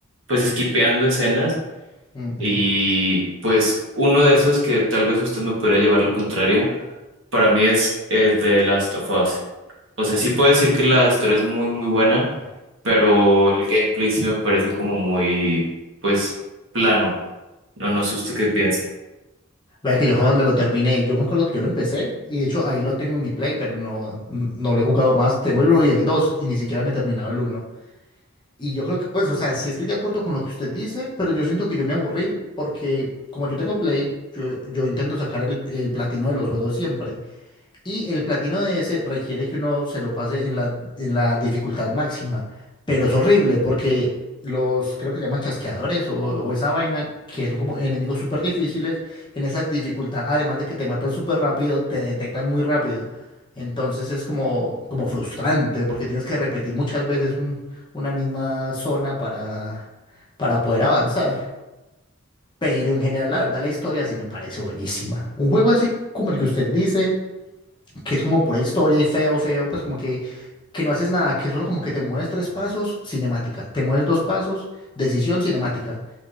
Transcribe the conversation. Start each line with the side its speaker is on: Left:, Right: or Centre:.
Right: pues esquipeando escenas
Left: ujú.
Right: y pues uno de esos que tal vez usted me podría llevar la contraria para mí es el de Last of Us. O sea, sí puedo decir que la historia es muy, muy buena, pero el gameplay sí me parece como muy, pues, plano. No, no sé usted qué piensa.
Left: Vea que yo jamás me lo terminé. Yo me acuerdo que yo lo empecé y de hecho ahí lo tengo en mi Play, pero no, no lo he jugado más. Tengo el uno y el 2 y ni siquiera me he terminado el uno Y yo creo que, pues, o sea, sí estoy de acuerdo con lo que usted dice, pero yo siento que yo me aburrí porque como yo tengo Play, yo, yo intento sacar el, el platino de los juegos siempre. Y el platino de ese requiere que uno se lo pase en la, en la dificultad máxima. Pero es horrible porque los, creo que se llaman chasqueadores o, o esa vaina, que son como enemigos súper difíciles, en esa dificultad, además de que te matan súper rápido, te detectan muy rápido. Entonces es como, como frustrante porque tienes que repetir muchas veces un- una misma zona para, para poder avanzar. Pero en general, la verdad, la historia sí me parece buenísima. Un juego así como el que usted dice que es como pura historia y feo, feo, pues como que, que no haces nada, que solo como que te mueves tres pasos, cinemática. Te mueves dos pasos, decisión, cinemática.